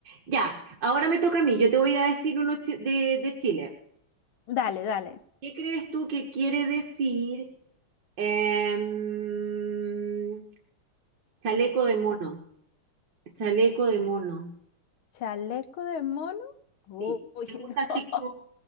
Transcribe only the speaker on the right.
Ya, ahora me toca a mí. Yo te voy a decir uno chi- de, de Chile.
¿Qué crees tú que quiere decir em, chaleco de mono? Chaleco de mono.
Sí. Se usa
así
como